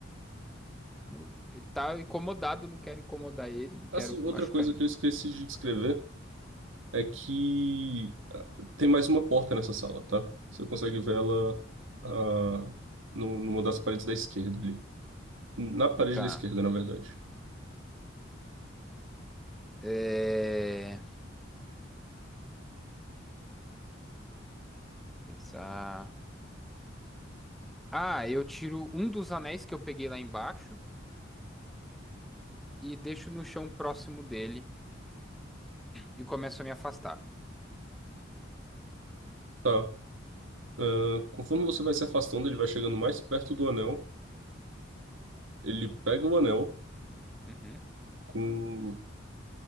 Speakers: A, in the centre; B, on the right (about 85°).
A: No- Ele tá incomodado, não quero incomodar ele, não
B: Assim,
A: quero
B: outra
A: machucar
B: coisa
A: ninguém.
B: que eu esqueci de descrever. é que ah, tem mais uma porta nessa sala, tá? Você consegue ver ela ah, no, numa das paredes da esquerda ali. Na parede
A: Tá.
B: da esquerda, na verdade.
A: É... Pensar. Ah, eu tiro um dos anéis que eu peguei lá embaixo e deixo no chão próximo dele e começo a me afastar.
B: Tá. Ah, conforme você vai se afastando, ele vai chegando mais perto do anel. Ele pega o anel
A: Uhum.
B: com.